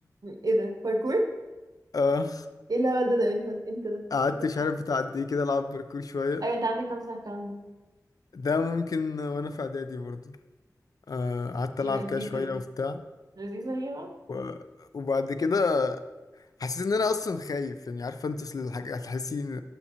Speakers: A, on the right; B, on the left.
A: ايه ده باركور
B: أه...
A: ايه الهبل ده ده امتى امتى ده
B: قعدت
A: <laughs>
B: مش عارف بتاع قد ايه كده العب باركور شويه
A: ايوه انت عندك كام سنة الكلام ده
B: ده ممكن وانا في اعدادي برضه أه، قعدت
A: ايه
B: العب
A: ده جديدة
B: كده شويه
A: دي
B: وبتاع
A: لذيذة هي بقى
B: و... وبعد كده حسيت ان انا اصلا خايف يعني عارفه انت اصل الحاج- هتحسين